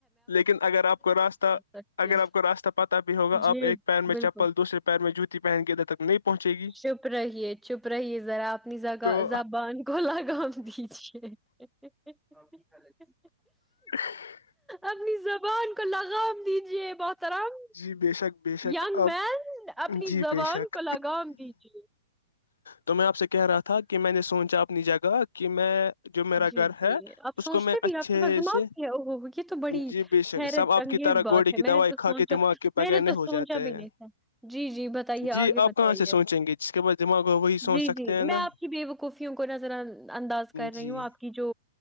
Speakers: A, on the left (about 80°); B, in the centre.
A: لیکن اگر آپ کو راستہ
B: سکتی
A: اگر
B: ہوں
A: آپ کو راستہ پتہ بھی ہوگا
B: جی
A: آپ ایک پیر میں
B: بالکل
A: چپل دوسرے پیر میں جوتی پہن کے ادھر تک نہیں پہنچے گی
B: چپ رہیے چپ رہیے ذرا اپنی
A: تو
B: زبان کو لگام دیجے <inaudible>
A: <inaudible>
B: اپنی زبان کو لگ گام دیجیے مہترم
A: جی بے شک بے شک
B: ینگ
A: اب
B: مین اپنی
A: جی
B: زبان
A: بے شک
B: کو لگام دیجے
A: تو میں آپ سے کہہ رہا تھا کہ میں نے سوچا اپنی جگہ کہ میں جو میرا
B: جی
A: گھر
B: جی
A: ہے
B: آپ
A: اس
B: سوچتے
A: کو میں
B: بھی
A: اچھے
B: آپ کے پاس دماغ
A: سے
B: بھی اوہ اوہ اوہ یہ تو بڑی
A: جی بے شک
B: حیرت
A: سب آپ
B: انگیز
A: کی طرح
B: بات
A: گوڑی کی
B: میں
A: دوائی
B: نے تو
A: کھا
B: سوچا
A: کے دماغ کے بغیر
B: میں نے
A: نہیں
B: تو
A: ہو
B: سوچا
A: جاتے
B: بھی نہیں
A: ہیں
B: تھا جی جی بتائیے
A: جی
B: آگے
A: آپ
B: بتائیے
A: کہاں سے سوچیں گے جس کے پاس دماغ ہو وہی سوچ
B: جی
A: سکتے
B: جی
A: ہیں نا
B: میں آپ کی بے وقوفیوں کو نظر انداز کر رہی
A: جی
B: ہوں آپ کی جو